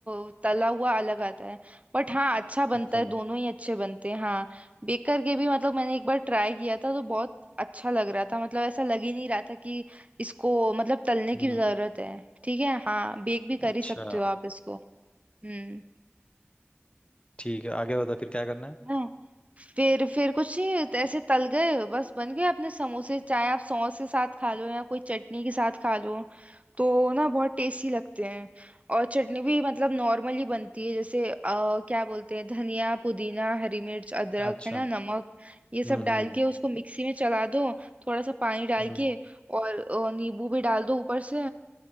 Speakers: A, on the right; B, on the left.
A: अ, तला हुआ अलग आता है बट हाँ अच्छा बनता
B: अच्छा
A: है दोनों ही अच्छे बनते हैं हाँ बेक करके भी मतलब मैंने एक बार ट्राई किया था तो बहुत अच्छा लग रहा था मतलब ऐसा लग ही नहीं रहा था कि इसको मतलब तलने
B: हम्म
A: की जरूरत
B: हम्म,
A: है ठीक है हाँ बेक भी कर
B: अच्छा
A: ही सकते हो आप इसको हम्म
B: ठीक है आगे बता फिर क्या करना है
A: हैं। फिर फिर कुछ नहीं ऐसे तल गए बस बन गए अपने समोसे चाहे आप सॉस के साथ खा लो या कोई चटनी के साथ खा लो तो ना बहुत टेस्टी लगते हैं और चटनी भी मतलब नॉर्मली बनती है जैसे अ, क्या बोलते हैं धनिया पुदीना हरी मिर्च अदरक
B: अच्छा
A: है ना नमक ये सब
B: हम्म
A: डाल
B: हम्म
A: के उसको मिक्सी में चला दो थोड़ा सा पानी डाल
B: हम्म
A: के और अ, नींबू भी डाल दो ऊपर से